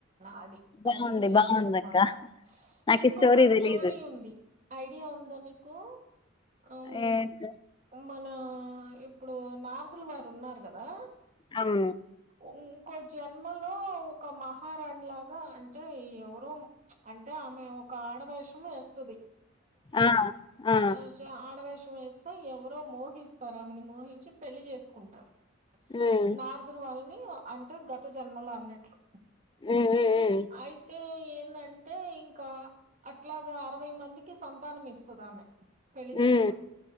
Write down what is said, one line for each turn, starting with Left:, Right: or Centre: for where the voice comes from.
Right: అది
Left: బాగుంది
Right: అది మెయిన్
Left: బాగుంది
Right: అనమాటా
Left: అక్క నాకు
Right: ఇంకొక
Left: ఈ
Right: స్టోరీ
Left: తెలీదు
Right: ఉంది ఐడియా ఉందా నీకు ఉమ్
Left: ఏక
Right: మన ఇప్పుడు నారదులు వారు ఉన్నారు కదా
Left: అను
Right: ఇంకో జన్మలో ఒక మహారాణి లాగా అంటే ఎవరో అంటే ఆమె ఒక ఆడవేషం వేస్తుది
Left: ఆ ఆ
Right: ఆస ఆడవ వేషా వేస్తా ఎవరో మోహిస్తారామని మోహించి పెళ్లి చేసుకుంటారు
Left: హ్మ్
Right: నార్దుర్ వాళ్ళని అంటే గత జన్మలో అన్నట్లు
Left: హ్మ్ హ్మ్
Right: అయితే ఏందంటే ఇంకా అట్లాగా అరవై మందికి సంతానం ఇస్తుదామె పెళ్లి
Left: హ్మ్
Right: చేసుకొని